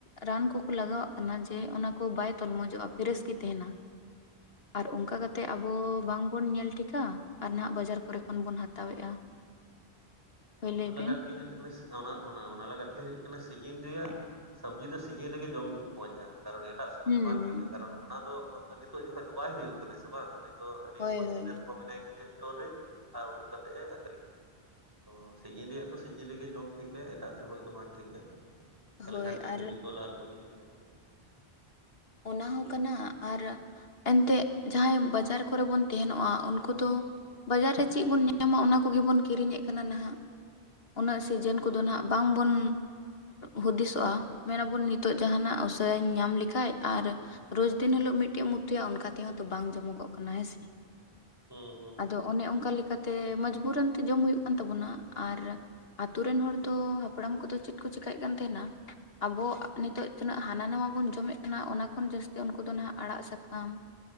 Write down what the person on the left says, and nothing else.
ᱨᱟᱱ ᱠᱚᱠᱚ ᱞᱟᱜᱟᱣᱟᱜ ᱠᱟᱱᱟ ᱡᱮ ᱚᱱᱟ ᱠᱚ ᱵᱟᱭ ᱛᱚᱞᱢᱚᱡᱚᱜᱼᱟ ᱯᱷᱮᱨᱮᱥ ᱜᱮ ᱛᱟᱦᱮᱱᱟ
ᱟᱨ ᱚᱱᱠᱟ ᱠᱟᱛᱮᱫ ᱛᱮ ᱟᱵᱚ ᱵᱟᱝᱵᱚᱱ ᱧᱮᱞ ᱴᱷᱤᱠᱟ ᱟᱨ ᱱᱟᱦᱟᱜ ᱵᱟᱡᱟᱨ ᱠᱚᱨᱮ ᱠᱷᱚᱱ ᱵᱚᱱ ᱦᱟᱛᱟᱣᱮᱫᱼᱟ
ᱦᱳᱭ
ᱞᱟᱹᱭ
ᱵᱮᱱ
ᱦᱩᱸ
ᱦᱩᱸ
ᱦᱳᱭ
ᱦᱳᱭ
ᱦᱳᱭ
ᱟᱨ
ᱚᱱᱟ ᱦᱚᱸ ᱠᱟᱱᱟ ᱟᱨ ᱮᱱᱛᱮᱜ ᱡᱟᱦᱟᱸᱭ ᱵᱟᱡᱟᱨ ᱠᱚᱨᱮ ᱵᱚᱱ ᱛᱟᱦᱮᱸᱱᱚᱜᱼᱟ ᱩᱱᱠᱩ ᱫᱚ ᱵᱟᱡᱟᱨ ᱨᱮ ᱪᱮᱫ ᱵᱚᱱ ᱧᱟᱢᱟ ᱚᱱᱟ ᱠᱚᱜᱮᱵᱚᱱ ᱠᱤᱨᱤᱧᱮᱫ ᱠᱟᱱᱟ ᱱᱟᱦᱟᱜ ᱩᱱᱟᱹᱜ ᱥᱤᱡᱮᱱ
ᱠᱚᱫᱚ ᱱᱟᱦᱟᱜ ᱵᱟᱝ ᱵᱚᱱ ᱦᱩᱫᱤᱥᱚᱜᱼᱟ ᱢᱮᱱᱟᱵᱚᱱ ᱱᱤᱛᱚᱜ ᱡᱟᱦᱱᱟᱜ ᱩᱥᱟᱹᱨᱟᱧ ᱧᱟᱢ ᱞᱮᱠᱷᱟᱡ ᱟᱨ ᱨᱳᱡᱽᱫᱤᱱ ᱦᱤᱞᱳᱜ ᱢᱤᱫᱴᱮᱡ ᱮᱢ ᱩᱛᱩᱭᱟ ᱚᱱᱠᱟ ᱛᱮᱦᱚᱸ ᱛᱚ ᱵᱟᱝ ᱡᱚᱢᱚᱠᱚᱜ ᱠᱟᱱᱟ ᱦᱮᱸ ᱥᱮ
ᱟᱫᱚ ᱚᱱᱮ ᱚᱱᱠᱟ ᱞᱮᱠᱟᱛᱮ ᱢᱚᱡᱽᱵᱩᱨᱱᱛᱮ ᱡᱚᱢ ᱦᱩᱭᱩᱜ ᱠᱟᱱ ᱛᱟᱵᱚᱱᱟ ᱟᱨ ᱟᱛᱩᱨ ᱨᱮᱱ ᱦᱚᱲ ᱫᱚ ᱦᱟᱯᱲᱟᱢ ᱠᱚᱫᱚ ᱪᱮᱫ ᱠᱚ ᱪᱮᱠᱟᱹᱭᱮᱫ ᱠᱟᱱ ᱛᱟᱦᱮᱸᱱᱟ ᱟᱵᱚ ᱱᱤᱛᱚᱜ ᱛᱤᱱᱟᱹᱜ ᱦᱟᱱᱟ ᱱᱟ ᱵᱚᱱ ᱡᱚᱢᱮᱫ ᱚᱱᱟ ᱠᱷᱚᱱ ᱡᱟᱹᱥᱛᱤ ᱩᱱᱠᱩ ᱫᱚ ᱦᱱᱟᱜ ᱟᱲᱟᱜ ᱥᱟᱠᱟᱢ